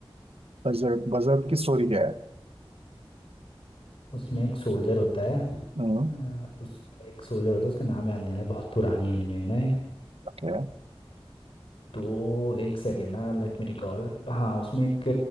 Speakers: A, on the right; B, on the left.
A: बजर्क बजर्क की स्टोरी क्या है
B: उसमें एक सोल्जर होता है
A: हम्म
B: अ, उस एक सोल्जर होता है उसका नाम याद नहीं आ रहा है, बहुत पुरानी एनिमे है ना ये।
A: ओके
B: तो एक सेकेंड ना लेट मी रिकॉल हाँ उसमें एक